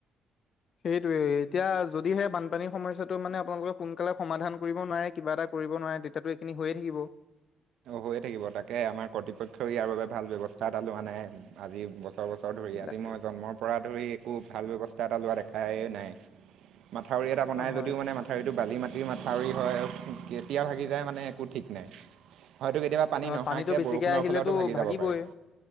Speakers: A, on the left; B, on the right.
A: সেইটোয়েই, এতিয়া যদিহে বানপানীৰ সমস্যাটো মানে আপোনালোকে সোনকালে সমাধান কৰিব নোৱাৰে কিবা এটা- কৰিব নোৱাৰে তেতিয়াতো এইখিনি হৈয়ে থাকিব।
B: হৈয়ে থাকিব। তাকে আমাৰ কৰ্তৃপক্ষই ইয়াৰ বাবে ভাল ব্যৱস্থা এটা লোৱা নাই। আজি- বছৰ বছৰ ধৰি আজি
A: তাকে
B: মই জন্মৰ পৰা ধৰি একো ভাল ব্যৱস্থা এটা লোৱা দেখাই নাই। মাথাউৰি এটা বনাই
A: অ' হয়
B: যদিও মানে মা- থাউৰিটো বালি মাটিৰ মাথাউৰি হয়, কেতিয়া ভাগি যায় মানে একো ঠিক নাই। হয়তো কেতিয়াবা পানী
A: অ'
B: নহাকৈ
A: পানীটো বেছিকে
B: বৰষুণৰ
A: আহিলেতো
B: ফলতো ভাগি
A: ভাগিবই
B: যাব পাৰে।